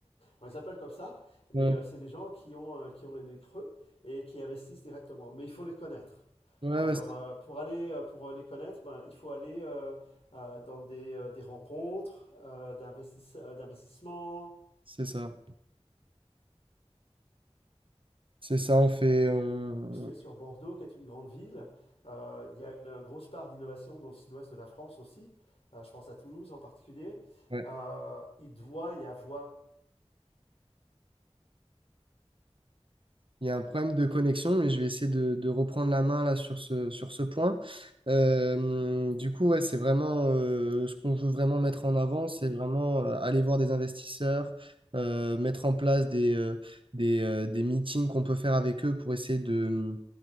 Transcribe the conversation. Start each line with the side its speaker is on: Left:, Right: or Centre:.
Left: On les appelle comme ça, mais
Right: Ouais,
Left: euh, c'est des gens qui ont, euh, qui ont les nez creux et qui investissent directement. Mais il faut les connaître.
Right: ouais,
Left: Alors,
Right: ouais, c'est
Left: euh, pour aller, euh, pour euh, les connaître, ben, il faut aller euh, euh, dans des, euh, des rencontres euh, d'investis- euh, d'investissement.
Right: c'est ça. C'est ça, on fait. on-
Left: Je suis sur Bordeaux, qui est une grande ville. Euh, il y a une grosse part d'innovation dans le sud-ouest de la France aussi. Euh, je pense à Toulouse en particulier.
Right: ouais.
Left: Euh, il doit y avoir
Right: Il y a un problème de connexion, mais je vais essayer de, de reprendre la main là sur ce, sur ce point. Euh, du coup, ouais, c'est vraiment euh, ce qu'on veut vraiment mettre en avant, c'est vraiment euh, aller voir des investisseurs, euh, mettre en place des, euh, des, euh, des meetings qu'on peut faire avec eux pour essayer de,